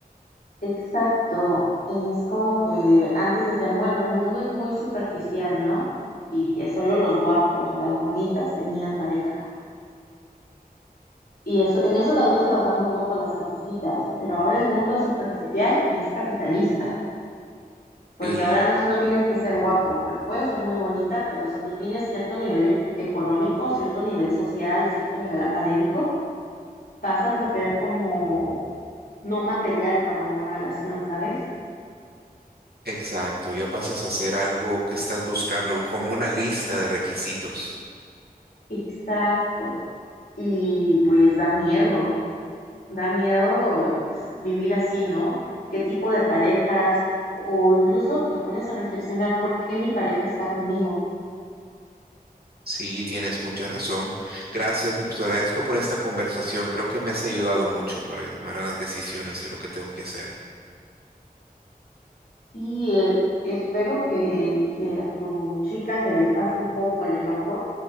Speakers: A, on the left; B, on the right.
A: exacto, es como que antes decían, bueno, el mundo es muy superficial, ¿no? Y que solo los guapos o las bonitas tenían pareja. Y eso, en eso tal vez se basaban un poco las apps de citas, pero ahora el mundo es superficial y es capitalista. Porque
B: Y
A: ahora no solo tienes que ser guapo, porque puedes ser muy bonita, pero si no tienes cierto nivel e- económico, cierto nivel social, cierto nivel académico, pasas a ser como no material para una relación, ¿sabes?
B: Exacto, ya pasas a hacer algo que estás buscando, un- como una lista de requisitos.
A: Exacto. Y pues da miedo, da miedo es, vivir así, ¿no? ¿Qué tipo de parejas? O incluso te pones a reflexionar, ¿por qué mi pareja está conmigo?
B: Sí, tienes mucha razón. Gracias, mu- te agradezco por esta conversación. Creo que me has ayudado mucho para tomar las decisiones de lo que tengo que hacer.
A: Y eh, espero que, que a tu chica se le pase un poco el enojo